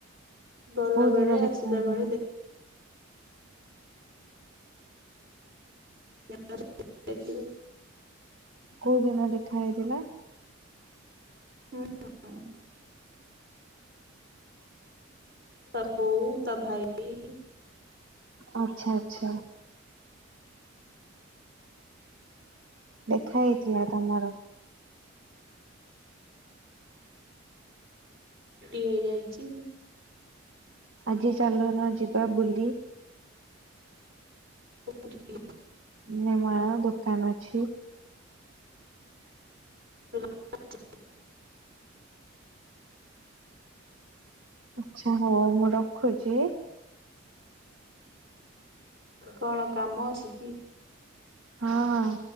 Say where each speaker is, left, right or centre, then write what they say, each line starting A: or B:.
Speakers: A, on the right; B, on the right.
A: ଗଲା
B: କୋଉ
A: ବେଳେ
B: ଦିନ ଦେଖା
A: ଆସିଲା
B: ହେଇଥିଲା
A: ବେଳେ ଦେଖ <unintelligible> ଯାଇଥିଲୁ
B: କୋଉ ଦିନ ଦେଖା ହେଇଥିଲା।
A: <inaudible> ତା ବୋଉ ତା ଭାଇ।
B: ଆଛା ଆଚ୍ଛା। ଦେଖା ହେଇଥିଲା ତମର।
A: ଟିଆ ଯାଇଛି।
B: ଆଜି ଚାଲୁନ ଯିବା ବୁଲି।
A: କୋଉଠିକି।
B: ନେମାଳ ଦୋକାନ ଅଛି।
A: <inaudible>
B: ଆଛା ହଉ ମୁଁ ରଖୁଚି।
A: କଣ କାମ ଅଛି କି।
B: ହଁ ହଁ।